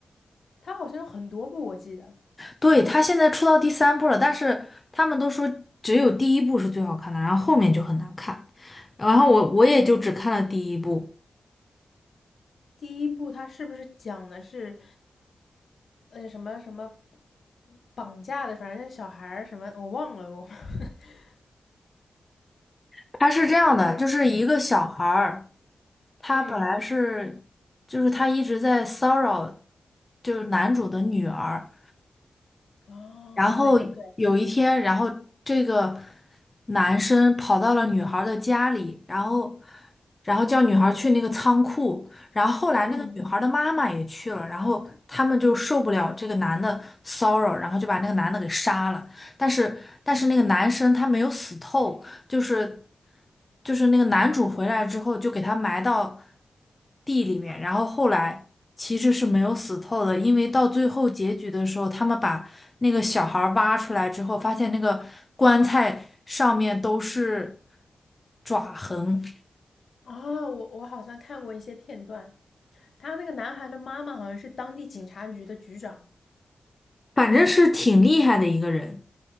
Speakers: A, on the left; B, on the left.
A: 他好像有很多部，我记得
B: 对，它现在出到第三部了，但是他们都说只有第一部是最好看的，然后后面就很难看。然后我我也就只看了第一部。
A: 第一部他是不是讲的是，呃，什么什么绑架的，反正是小孩儿什么，我忘了我。<laughs>
B: 它是这样的，就是一个小孩儿。他本来是，
A: 嗯，
B: 就是他一直在骚扰，就是男主的女儿。
A: 哦，
B: 然后有一天，
A: 对对，
B: 然后这个男生跑到了女孩儿的家里，然后，然后叫女孩儿去那个仓库。然后后来那个女孩儿的妈妈也去了，
A: 嗯，
B: 然后他们就受不了这个男的骚扰，然后就把那个男的给杀了。但是，但是那个男生他没有死透，就是。就是那个男主回来之后就给他埋到地里面，然后后来其实是没有死透的，因为到最后结局的时候，他们把那个小孩儿挖出来之后，发现那个棺材上面都是爪痕，
A: 啊，我我好像看过一些片段，他那个男孩的妈妈好像是当地警察局的局长。
B: 反正是挺厉害的一个人。